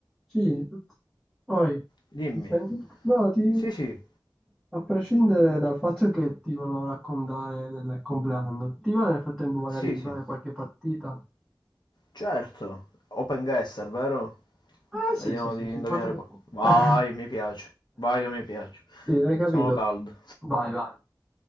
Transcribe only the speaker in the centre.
Sì, poi
mi senti? No, ti,
a prescindere dal fatto che ti volevo raccontare del compleanno, ti va nel frattempo magari
di
fare qualche partita?
Ah, sì,
sì, sì,
sì.
potete-
<laughs>
Sì, hai capito?
Vai, vai.